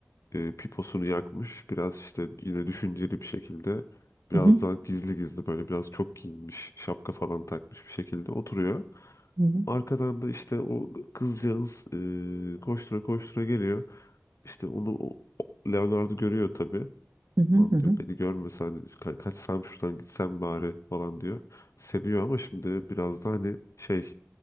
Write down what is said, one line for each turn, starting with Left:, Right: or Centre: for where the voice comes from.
Left: e, piposunu yakmış. Biraz işte yine düşünceli bir şekilde biraz
Right: Hı hı,
Left: daha gizli gizli böyle biraz çok giyinmiş şapka falan takmış bir şekilde oturuyor.
Right: hı hı,
Left: Arkadan da işte o kızcağız e, koştura koştura geliyor. İşte onu o- o- Leonardo görüyor tabii.
Right: hı hı,
Left: Ulan
Right: hı hı,
Left: diyor beni görmesen ka- kaçsam şuradan gitsem bari falan diyor. Seviyor ama şimdi biraz da hani şey